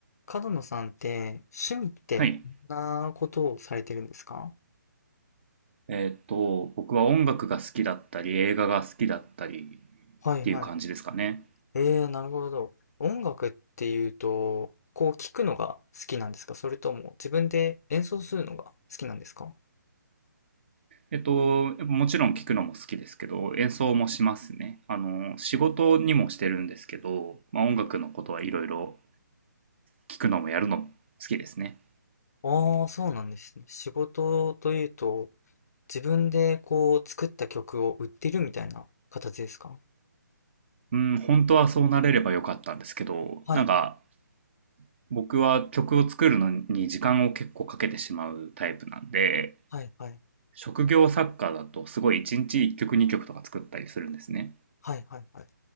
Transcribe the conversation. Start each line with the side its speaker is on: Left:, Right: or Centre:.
Left: 角野さんって趣味ってどんなことをされてるんですか
Right: はい。えっと、僕は音楽が好きだったり、映画が好きだったり
Left: はいはい。
Right: っていう感じですかね。
Left: えー、なるほど。音楽っていうと、こう聞くのが好きなんですかそれとも自分で演奏するのが好きなんですか
Right: えっと、やっぱもちろん聞くのも好きですけど、演奏もしますね。あの、仕事にもしてるんですけど、まあ、音楽のことはいろいろ聞くのもやるのも好きですね。
Left: ああ、そうなんですね。仕事というと、自分でこう作った曲を売ってるみたいな形ですか
Right: うん、本当はそうなれればよかったんですけど、
Left: はい
Right: なんか僕は曲を作るのに時間を結構かけてしまうタイプなんで、
Left: はいはい
Right: 職業作家だとすごい1日1曲2曲とか作ったりするんですね。
Left: はいはいはい。